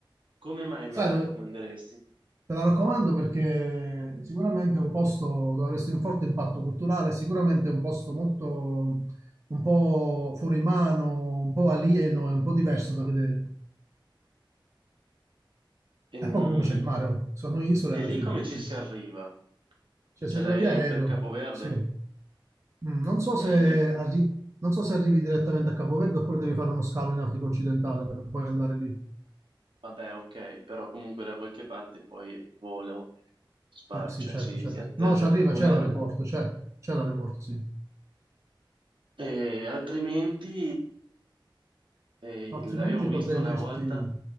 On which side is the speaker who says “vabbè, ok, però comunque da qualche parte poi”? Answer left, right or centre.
Right